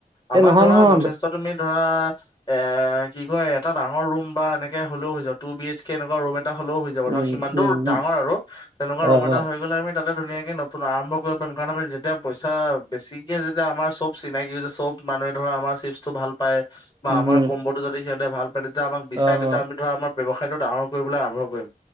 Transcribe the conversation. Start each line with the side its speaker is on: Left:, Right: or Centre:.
Left: আমাক
Right: এই নহয়-নহয়
Left: ধৰা যথেষ্ট তুমি- ধৰা এ কি কয় এটা ডাঙৰ ৰুম বা এনেকে হ'লেও হৈ যাব, টু বি এইচ কে এনেকুৱা ৰুম এটা। এটা হ'লেও হৈ যাব
Right: উম-উম-উম,
Left: তৰ সিমানটোৰ ডাঙৰ আৰু তেনেকুৱা
Right: অ-অ-অ।
Left: ৰুম এটা হৈ গ'লে আমি তাতে ধুনীয়াকে নতুন আৰম্ভ কৰিব পাৰিম কাৰণ আমি যেতিয়া পইচা বেছি যেতিয়া যেতিয়া আমাৰ চব চিনাকি যে চব মানুহে ধৰা আমাৰ চিপটো ভাল পায় বা
Right: উম,
Left: আমাৰ
Right: উম,
Left: কম্বত আৰু যদি সিহঁতে ভাল পায়, তেতিয়া আমাক বিচাৰে
Right: অ',
Left: তেতিয়া
Right: অ',
Left: আমি ধৰা আমাৰ ব্যৱসায়টো ডাঙৰ কৰিবলৈ আৰম্ভ কৰিম।